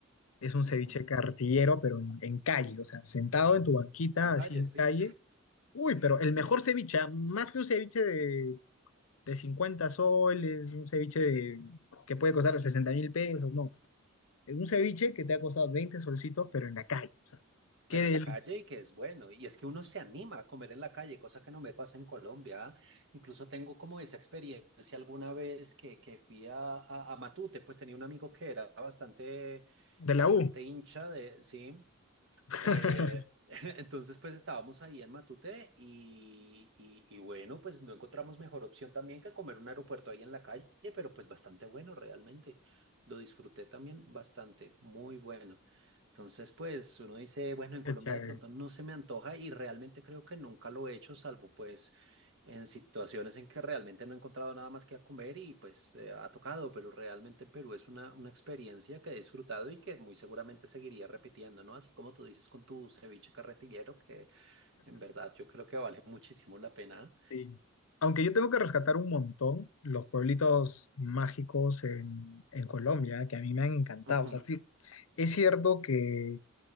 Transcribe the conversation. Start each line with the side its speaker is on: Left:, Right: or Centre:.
Left: es un
Right: Ujú.
Left: ceviche cartillero, pero en, en calle, o sea, sentado en tu banquita,
Right: En calles,
Left: así en calle.
Right: sí.
Left: Uy, pero el mejor ceviche, ah, más que un ceviche de, de 50 soles, un ceviche de- que puede costar sesenta mil pesos, no. Es un ceviche que te ha costado 20 solcitos, pero en la calle, o sea, qué
Right: pero
Left: delicia.
Right: en la calle y que es bueno. Y es que uno se anima a comer en la calle, cosa que no me pasa en Colombia. Incluso tengo como esa experiencia alguna vez que, que fui a, a, a Matute, pues tenía un amigo que era bastante,
Left: De
Right: bastante
Left: la U,
Right: hincha de, sí.
Left: <laughs>
Right: Eh, <laughs> entonces, pues estábamos ahí en Matute y, y, y, bueno, pues no encontramos mejor opción también que comer un aeropuerto ahí en la calle, pero pues bastante bueno realmente. Lo disfruté también bastante, muy bueno. Entonces, pues uno dice, bueno, en Colombia
Left: qué chévere.
Right: de pronto no se me antoja y realmente creo que nunca lo he hecho, salvo pues en situaciones en que realmente no he encontrado nada más que a comer y pues eh, ha tocado, pero realmente en Perú es una, una experiencia que he disfrutado y que muy seguramente seguiría repitiendo, ¿no? Así como tú dices con tu ceviche carretillero, que en verdad yo creo que vale muchísimo la pena.
Left: Sí. Aunque yo tengo que rescatar un montón los pueblitos mágicos en, en Colombia, que a mí me han encantado.
Right: Ujú,
Left: O sea, sí, es cierto que,